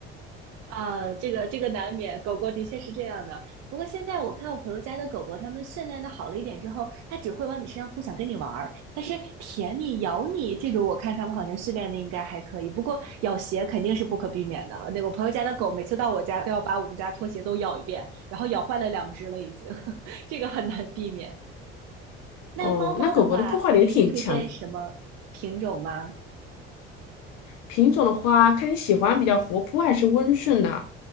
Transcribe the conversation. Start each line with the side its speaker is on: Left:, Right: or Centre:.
Right: 啊，这个这个难免，狗狗的确是这样的。不过现在我看我朋友家的狗狗，它们训练的好了一点之后，它只会往你身上扑，想跟你玩儿。但是舔你、咬你这种，我看它们好像训练的应该还可以。不过咬鞋肯定是不可避免的。那个我朋友家的狗，每次到我家都要把我们家拖鞋都咬一遍，然后咬坏了两只了已经，<laughs> 这个很难避免。那猫猫的话，
Left: 哦，那狗狗的破坏力也挺强的。
Right: 你是推荐什么品种吗？
Left: 品种的话，看你喜欢比较活泼还是温顺呐、